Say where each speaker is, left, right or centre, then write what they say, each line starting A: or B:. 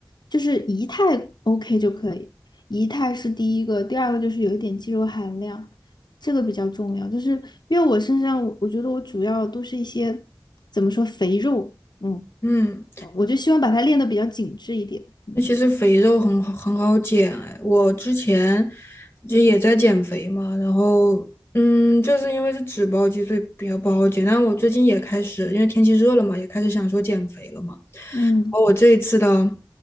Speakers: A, on the left; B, on the left.
A: 就是仪态 OK 就可以。仪态是第一个，第二个就是有一点肌肉含量，这个比较重要。就是因为我身上，我我觉得我主要都是一些怎么说肥肉，嗯，
B: 嗯。
A: 我就希望把它练得比较紧致一点。嗯
B: 那其实肥肉很好很好减哎，我之前就也在减肥嘛，然后嗯，就是因为是脂包肌，所以比较不好减。但我最近也开始，因为天气热了嘛，也开始想说减肥了嘛。
A: 嗯，
B: 然后我这一次的，